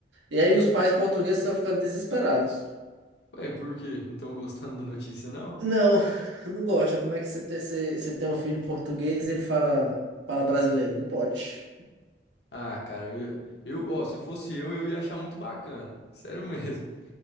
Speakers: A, on the right (about 85°); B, on the left (about 65°).
A: E aí os pais portugueses estão ficando desesperados.
B: Ué, por quê? Não estão gostando da notícia, não?
A: Não, <laughs> não gosta. Como é que você tem, você, você tem um filho português e ele fala, fala brasileiro? Não pode.
B: Ah, cara, eu, ia- eu, ó, se fosse eu, eu ia achar muito bacana. Sério mesmo.